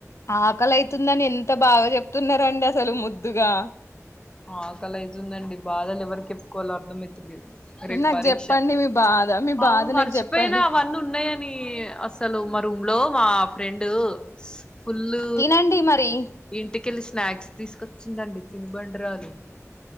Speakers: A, on the left; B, on the left.
A: ఆ ఆకలైతుందని ఎంత బాగా చెప్తున్నారండి అసలు ముద్దుగా
B: ఆకలైతుందండి బాధలు ఎవరికి చెప్పుకోవాలో అర్థమై రేపు
A: నాకు
B: పరీక్ష
A: చెప్పండి మీ బాధ మీ
B: అవు
A: బాధ
B: మర్చిపోయినా
A: నాకు చెప్పండి
B: అవన్నీ ఉన్నాయని అసలు మ రూమ్ లో మా ఫ్రెండు ఫుల్లు
A: తినండి మరి
B: ఇంటికెల్లు స్నాక్స్ తీసుకొచ్చిందండి తినుబండరాలు